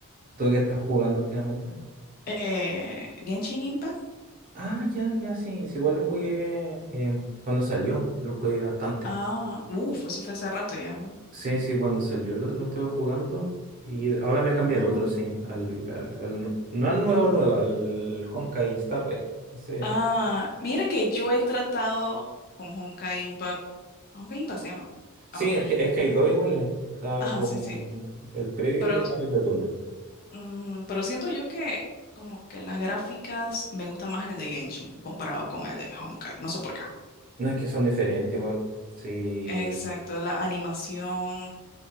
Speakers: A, on the right; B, on the left.
A: ¿Tú qué estás jugando últimamente?
B: Eh, Genshin Impact.
A: Ah, ya, ya, sí, sí, igual lo jugué em, cuando salió, lo jugué bastante.
B: Ah, uff, eso fue hace rato ya.
A: Sí, sí, cuando salió lo, lo estuve jugando y ahora me cambié
B: Mm.
A: al otro, sí, al, al- al nu- no al nuevo nuevo, al Honkai Star Rail. Ese...
B: Ah, mira que yo he tratado con Honkai Impact. Honkai Impact se llama.
A: Sí,
B: Ajá,
A: es que, es que hay dos iguales, está
B: Ajá,
A: como
B: sí, sí.
A: el previo
B: Pero,
A: y ahora el de turno.
B: mm, pero siento yo que como que las gráficas me gusta más el de Genshin comparado con el de Honkai. No sé por qué.
A: No es que son diferentes igual, sí,
B: Exacto, la animación.